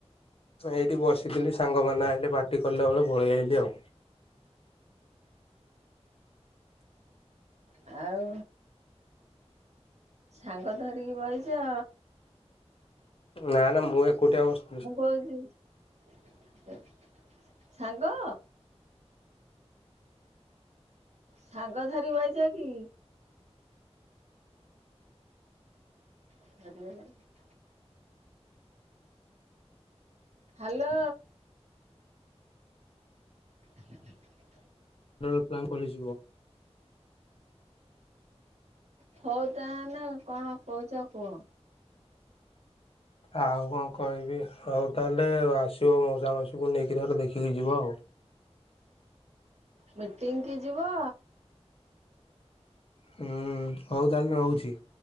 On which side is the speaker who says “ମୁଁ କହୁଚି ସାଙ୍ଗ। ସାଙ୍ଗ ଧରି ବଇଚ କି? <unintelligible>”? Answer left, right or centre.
Right